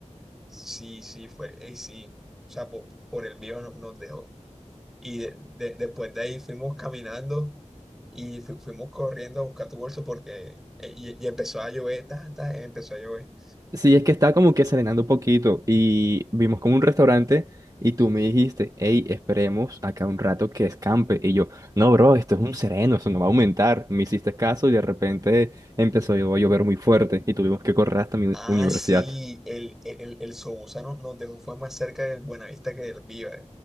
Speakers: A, in the centre; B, on the right.
A: Sí, sí, fue, y sí. O sea, po- por, el vivo no- nos dejó. Y de- de- después de ahí fuimos caminando y fu- fuimos corriendo a buscar tu bolso porque eh, y, y empezó a llover, ta, ta, empezó a llover.
B: Sí, es que estaba como que serenando un poquito y vimos como un restaurante y tú me dijiste, hey, esperemos acá un rato que escampe. Y yo, no, bro, esto es un sereno, eso no va a aumentar. Me hiciste caso y de repente empezó a llover muy fuerte y tuvimos que correr hasta mi
A: Ah,
B: universidad.
A: sí, el, el, el, el Sobusano nos dejó, fue más cerca del Buenavista que del Viva.